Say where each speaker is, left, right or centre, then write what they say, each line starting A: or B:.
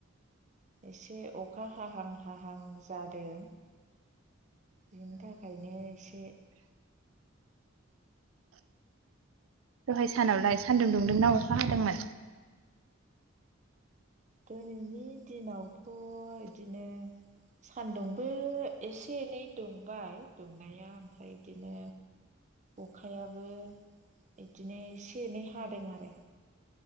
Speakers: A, on the right; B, on the right.
A: एसे अखा हाहां हाहां जादों। बिनि थाखायनो एसे
B: दहाय सानावलाय सान्दुं दुंदों ना अखा हादोंमोन।
A: दिनैनि दिनावथ' इदिनो सान्दुंबो एसे एनै दुंबाय दुंनाया ओमफ्राय बिदिनो अखायाबो इदिनो एसे एनै हादों आरो।